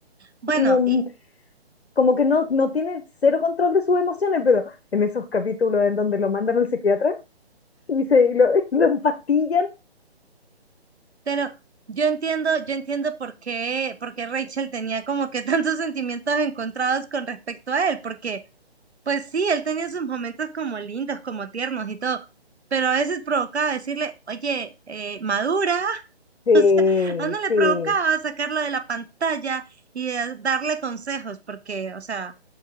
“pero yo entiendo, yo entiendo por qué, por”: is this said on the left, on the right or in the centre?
Right